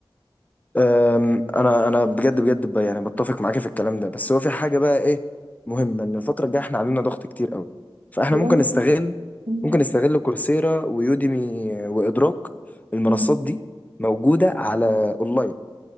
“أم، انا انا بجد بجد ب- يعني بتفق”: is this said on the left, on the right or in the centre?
Left